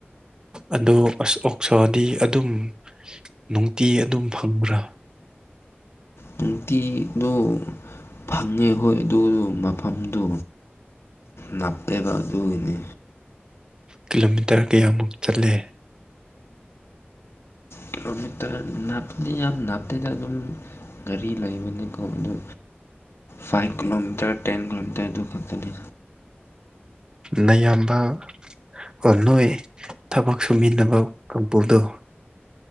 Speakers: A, on the right; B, on the left.
A: ꯑꯗꯣ ꯑꯁ ꯑꯣꯛꯁꯣꯗꯤ ꯑꯗꯨꯝ ꯅꯨꯡꯇꯤ ꯑꯗꯨꯝ ꯐꯪꯕ꯭ꯔꯥ
B: ꯅꯨꯡꯇꯤꯗꯣ ꯐꯪꯉꯦ ꯍꯣꯏ ꯑꯗꯨ ꯃꯐꯝꯗꯨ ꯅꯛꯇꯦꯕ ꯑꯗꯨꯒꯤꯅꯤ
A: ꯀꯤꯂꯣꯃꯤꯇꯔ ꯀꯌꯥꯃꯨꯛ ꯆꯠꯂꯦ
B: ꯀꯤꯂꯣꯃꯤꯇꯔ ꯅꯥꯞꯂꯤ ꯌꯥꯝ ꯅꯥꯞꯇꯦꯗ ꯑꯗꯨꯝ ꯒꯥꯔꯤ ꯂꯩꯕꯅꯤꯀꯣ ꯑꯗꯨ ꯐꯥꯏꯚ ꯀꯤꯂꯣꯃꯤꯇꯔ ꯇꯦꯟ ꯀꯤꯂꯣꯃꯤꯇꯔ ꯑꯗꯨ ꯈꯛꯇꯅꯤ
A: ꯅꯌꯥꯝꯕ ꯑꯣ ꯅꯣꯏ ꯊꯕꯛ ꯁꯨꯃꯤꯟꯅꯕ ꯀꯥꯡꯄꯨꯗꯣ